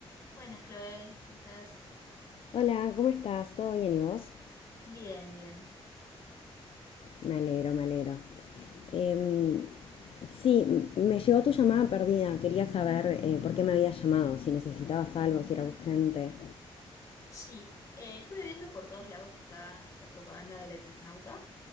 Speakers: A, on the left (about 30°); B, on the left (about 65°).
A: Buenas, Chloe, ¿cómo estás?
B: Hola, ¿cómo estás? ¿Todo bien y vos?
A: Bien, bien.
B: Me alegro, me alegro. Em, sí, m- me llegó tu llamada perdida. Quería saber eh, por qué me habías llamado, si necesitabas algo, si era urgente.
A: Sí, eh, estuve viendo por todos lados que está la propaganda del Eternauta